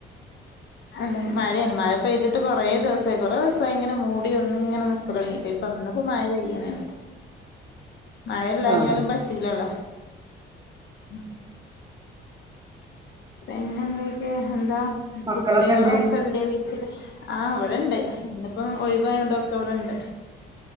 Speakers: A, on the left; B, on the right.
A: അല്ല മഴയാണ് മഴ പെയ്തിട്ട് കൊറേ ദിവസമായി കൊറേ ദിവസമായി ഇങ്ങനെ മൂ ഇടങ്ങിട്ട ഇപ്പ ഇന്നിപ്പോ മായ പെയ്യണണ്ട് മഴ ഇല്ല കഞ്ഞാലും
B: ആ
A: പറ്റലല്ലോ ഉം പിന്നെ എന്തൊക്കെ എന്താ
B: മക്കളൊക്കെ
A: കുട്ടികളൊക്കെല്ലേ
B: എന്ത്
A: വീട്ടില് ആ അവിടെണ്ട് എന്നിപ്പ ഒഴിവായണ്ടോക്കെ അവിടെണ്ട്